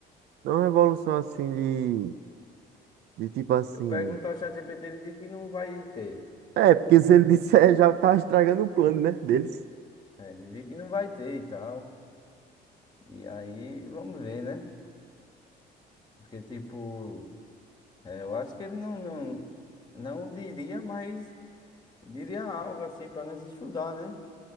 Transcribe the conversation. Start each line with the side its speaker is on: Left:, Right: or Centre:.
Right: não revolução assim de, de tipo assim.
Left: eu pergunto ao ChatGPT, ele diz que não vai ter.
Right: É, porque se ele <laughs> disser, já tá estragando o plano, né, deles.
Left: É, ele diz que não vai ter e tal. E aí, vamos ver, né? Porque, tipo. É, eu acho que ele não, não, não diria, mas diria algo assim para nós estudar, né?